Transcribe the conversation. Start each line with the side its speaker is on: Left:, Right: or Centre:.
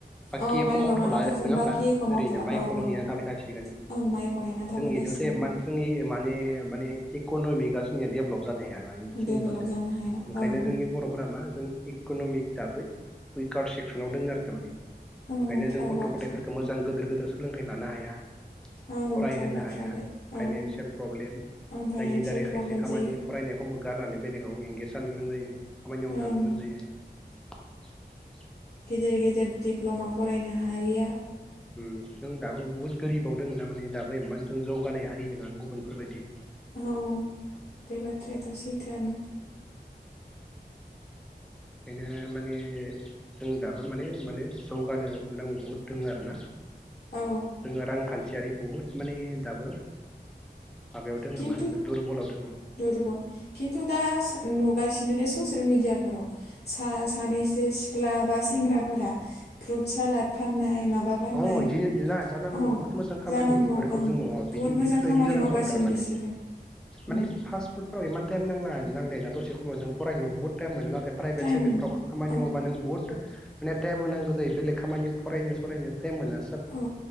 Centre: बाकि
Left: औ
Centre: एख'
Left: माइल'
Centre: मावथ'ला
Left: गाना थासिगोन
Centre: नङा
Left: बाखि
Centre: होमबा
Left: एख' मावथ'ला
Centre: ओरैनो माइ
Left: औ
Centre: खौल'
Left: औ
Centre: नेनानै थाबाय थासिगोन जों
Left: औ माइखौ नेना थाबाय
Centre: इदियावथ'
Left: थासिगोन
Centre: एमान जोङो माने माने इक'नमिकआ जोंनिया डेभलप जा जानो हायाना इखिनिल'दो
Left: डेभेलप जानो हाया
Centre: ओंखायनो
Left: ओं
Centre: जोंनि बर'फोरा मा जों इक'न'मिक दाबो उइकार सेक्सनाव दङ आरो तारमाने ओंखायनो
Left: औ थार
Centre: जों गथ'
Left: बाथ्रा
Centre: गथायफोरखौ मोजां गोदोर गोदोर सोलोंथाइ लानो हाया।
Left: औ
Centre: फरायहोनो
Left: थार बाथ्रा
Centre: हाया
Left: बे
Centre: फाइनान्सियेल
Left: औ
Centre: प्रब्लेम
Left: ओं फाइनान्सियेल
Centre: जायनि दारै
Left: प्रब्लेम
Centre: खायसे खामानि
Left: जायो
Centre: फरायनायखौबो गारनानै बेलेगाव एंगेज जानो गोनां जायो। खामानि मावनो
Left: ओं
Centre: थांनो गोनां जायो।
Left: गिदिर गिदिर दिडप्ल'मा फरायनो हाया।
Centre: उम जों दाबो बुहुत गोरिबाव दों ना माने दाबो एमान जों जौगानाय हारि नङा। गुबुनफोरबायदि
Left: औ बे बाथ्रायाथ' सैथोआनो
Centre: ओंखायनो माने जों दाबो माने माने जौगानो गोनां बहुद दोङो आरोना।
Left: औ
Centre: जोङो रांखान्थियारि बहुद माने दाबो माबायाव दोङो
Left: खिन्तु
Centre: मा होनो दुरबलाव दोङो
Left: दुरबल खिन्तु दा नुगासिनो दे ससियेल मिडियाफोराव सा सानैसो सिख्ला बा सेंग्राफोरा फ्रुट सालाद फाननाय माबा फाननाय
Centre: अ इदिनो जानांगौ
Left: अ
Centre: बुहुत मोजां खामानि
Left: जानांगौ
Centre: बेफोरखौ
Left: ओं
Centre: जोङो
Left: बुहुद
Centre: बिदि
Left: मोजां
Centre: बेफोरबायदि
Left: खामानि
Centre: जानांगौ
Left: मावगासिनो
Centre: माने
Left: बिसोरो उम,
Centre: माने फास्ट फुदफोरा एमान ता नांला नांलायाना दसे खम नों फरायनोबो बहुत टाइम मोनो नाथाय प्राइभेट
Left: टाइम
Centre: साइभेटफोराव
Left: होनो
Centre: खामानि
Left: औ
Centre: मावबा नों बुहुत माने टाइम होनांगौ जायो बेलेग खामानियाव फरायनो सरायनो टाइम मोना
Left: औ